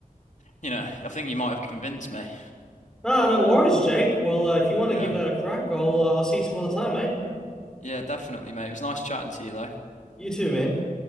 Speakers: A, on the left; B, in the centre.
A: You know, I think you might have convinced me.
B: No, no worries, Jake. Well, uh, if you want
A: Yeah.
B: to give that a crack, I'll uh, I'll see you some other time, mate.
A: Yeah, definitely, mate. It was nice chatting to you though.
B: You too, man.